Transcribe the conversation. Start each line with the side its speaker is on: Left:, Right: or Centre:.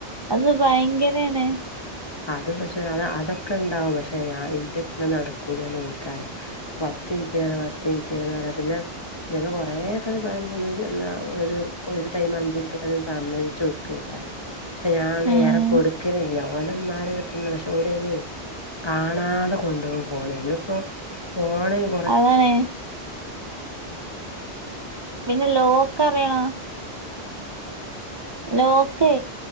Right: അത് ഭയങ്കരേണ്
Left: അത് പക്ഷേ അത് അതൊക്കെണ്ടാവും പക്ഷെ ഞാൻ ഇന്റെട്ത്ത് നടക്കൂലാന്ന് ഓൽക്കറ്യാ വത്ത് ഏതാ വത്തി കേന്നൊറെ പിന്നെ ചെൽപ കൊറേക്കെ പറിമ്പാെന്ന് ന്ന് ഒര് ഒരു ടൈമ് അഞ്ചിൻറ്റൊക്കെര് സമ്മതിച്ചൊട്ക്കെയ്ക്കാരം പക്ഷെ ഞാന്
Right: ഉം
Left: ഏറെ കൊട്ക്കലില്ല ഓലന്മാരെടുത്ത്ന്ന് പക്ഷെ ഓലയ്ഞ്ഞേ കാണാതെ കൊണ്ടോകും ഫോണ് നമ്മളിപ്പോ ഫോണ് കൊറേ
Right: അതാണ് പിന്നെ ലോക്കറിയാ ലോക്കേ